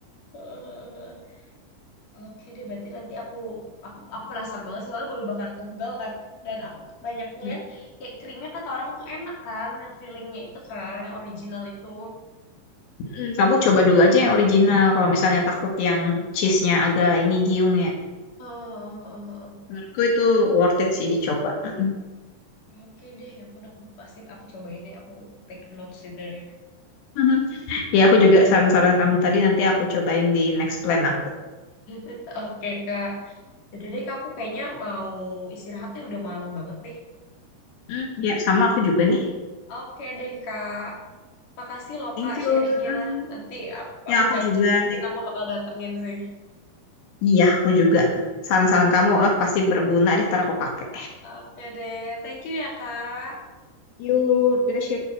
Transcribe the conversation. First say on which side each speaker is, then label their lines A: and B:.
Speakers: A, on the left; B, on the left.
A: Heeh. Oke deh, berarti nanti aku aku aku penasaran banget sih soalnya baru bakar tunggal kan dan aku banyak ngeliat
B: Hmm.
A: kayak krimnya kata orang tuh enak kan yang fillingnya itu kan yang original itu.
B: Mm, Kamu coba dulu aja yang original. Kalau misalnya takut yang cheese-nya agak ini giung ya.
A: Oh,
B: Menurutku itu worth it sih dicoba. Mm-mm.
A: Oke deh, ya ampun aku pasti aku cobain deh, aku take notes itu deh.
B: Mhm. Ya, aku juga saran-saran kamu tadi nanti aku cobain di next plan aku.
A: <laughs> Oke Kak, yaudah deh Kak, aku kayaknya mau istirahatnya udah malam banget nih.
B: Mm, Ya, sama aku juga nih.
A: Oke deh Kak, makasih loh
B: Thank
A: Kak
B: you.
A: sharingnya.
B: Mm,
A: Nanti aku,
B: Ya,
A: aku
B: aku
A: catat
B: juga. Thank
A: aku
B: you.
A: bakal datengin sih.
B: Iya, aku juga. Saran-saran kamu eh, pasti berguna deh, ntar aku pakai.
A: Oke deh, thank you ya Kak.
B: Yuk, Dasya.